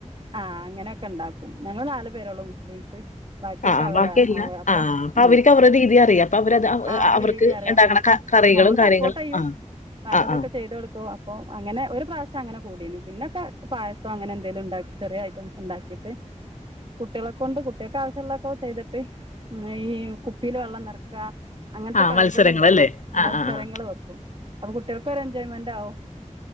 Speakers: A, on the right (about 45°); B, on the left (about 75°).
A: ആഹ് അങ്ങനെക്കെണ്ടാക്കും ഞങ്ങള് നാല് പേരൊള്ളൂ മുസ്ലിംസ് ബാക്കിയൊക്കെ
B: ആ ആ,
A: അവരാ
B: ബാക്കിയല്ല
A: അവ അപ്പം
B: ആ അപ്പൊ
A: ഉം
B: അവർക്ക് അവരുടെ രീതി അറിയാം അപ്പൊ അവരത് അവ-
A: ആഹ് ഒരു
B: അവർക്ക്
A: രീതി അറിയാ
B: ഉണ്ടാക്കണ
A: അപ്പം
B: ക- കറികളും
A: ഞ്ഞമ്മള്
B: കാര്യങ്ങളും
A: സപ്പോർട്ട് ചെയ്യും
B: ആ
A: വേണ്ടതൊക്കെ
B: ആ ആ
A: ചെയ്ത് കൊടുക്കും അ പ്പൊ അങ്ങനെ ഒരു പ്രാശ്യം അങ്ങനെ കൂടീണ് പിന്നൊക്കെ പായസം അങ്ങനെ എന്തേലും ഇണ്ടാക്കി ചെറിയ ഐറ്റംസ് ഇണ്ടാക്കിയിട്ട് കുട്ടിയളൊക്കെ കൊണ്ട് കുട്ടിയക്ക് ആവശ്യള്ളൊക്കെ ചെയ്തിട്ട് ഈ കുപ്പിയില് വെള്ളം നെറക്ക അങ്ങനത്തെ
B: ആ
A: കളികള്ണ്ടല്ലോ?
B: മത്സരങ്ങളല്ലേ ആ
A: മത്സരങ്ങള്
B: ആ ആ
A: വെക്കും അപ്പം കുട്ടികൾക്കൊരു എൻജോയ്മെന്റാവും